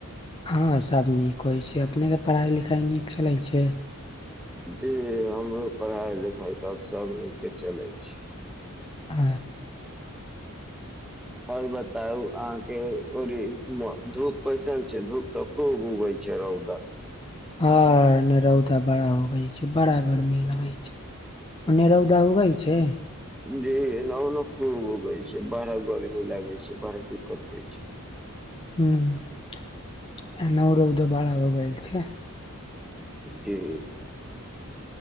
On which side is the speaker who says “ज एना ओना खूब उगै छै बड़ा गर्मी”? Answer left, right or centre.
Centre